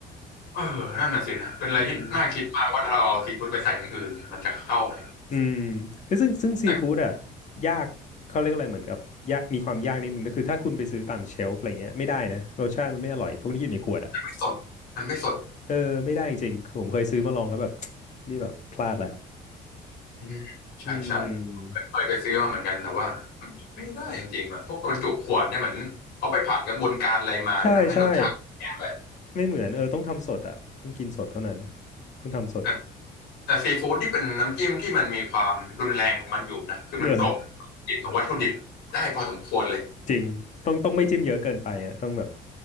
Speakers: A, on the left; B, on the left.
A: เออนั่นน่ะสินะเป็นอะไรที่น่าคิดมากว่าถ้าเราเอาซีฟู้ดไปใส่อย่างอื่นเนี่ยมันจะเข้าไหม
B: อืมอืมเฮ้ยซึ่งซึ่งซีฟู้ดอ่ะ
A: แต่
B: ยากเขาเรียกอะไรเหมือนกับยากมีความยากนิดนึงก็คือถ้าคุณไปซื้อตามเชลฟ์อะไรเงี้ยไม่ได้นะรสชาติมันไม่อร่อยพวกนี้อยู่ในขวดอ่ะ
A: มันไม่สดมันไม่สด
B: เออไม่ได้จริงๆคือผมเคยซื้อมาลองแล้วแบบ <tsk> นี่แบบพลาดละ
A: อืมใช่ใช่
B: อืม
A: เคยไปซื้อมาเหมือนกันแต่ว่าไม่ไม่ได้จริงๆแบบพวกบรรจุขวดเนี่ยเหมือนเขาไปผ่านกระบวนการอะไรมาทำให้รสชาติแย่ไป
B: ใช่ใช่ไม่เหมือนเออต้องทำสดอ่ะต้องกินสดเท่านั้นต้องทำสด
A: แต่แต่ซีฟู้ดนี่เป็นน้ำจิ้มที่มันมีความรุนแรงของมันอยู่นะคือมันกลบ
B: เออ
A: กลิ่นของวัตถุดิบได้พอสมควรเลย
B: จริง ต้องต้องไม่จิ้มเยอะเกินไปอ่ะต้องแบบ